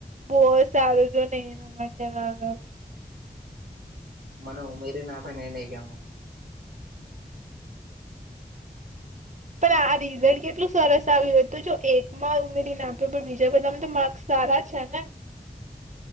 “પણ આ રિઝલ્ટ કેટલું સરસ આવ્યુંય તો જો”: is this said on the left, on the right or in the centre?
Right